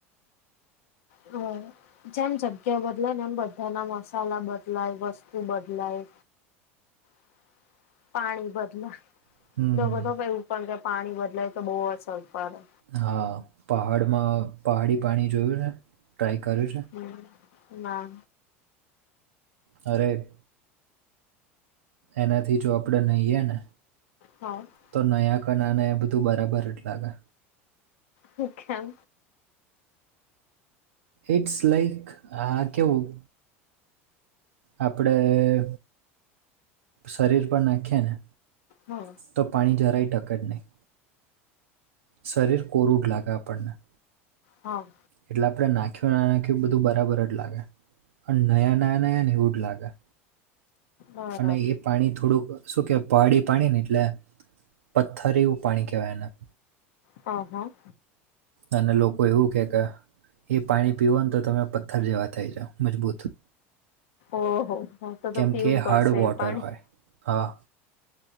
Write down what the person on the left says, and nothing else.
હમ <inaudible> જેમ જગ્યા બદલાય ને એમ બધા ના મસાલા બદલાય વસ્તુ બદલાય <inaudible> પાણી બદલાય
લોકો તો એવું પણ કે પાણી બદલાય તો બહુ જ અસર પડે.
હમ ના.
હા
શખેમ
હા
હ.
બરાબર
હ હા
ઓહો હ તો તો
પીવું
પડશે
પાણી